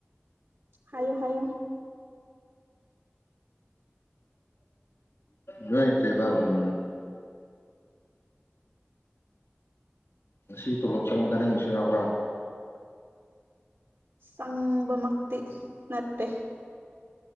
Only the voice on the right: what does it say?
ꯍꯥꯏꯌꯣ ꯍꯥꯏꯌꯣ
ꯁꯝꯕꯃꯛꯇ ꯅꯠꯇꯦ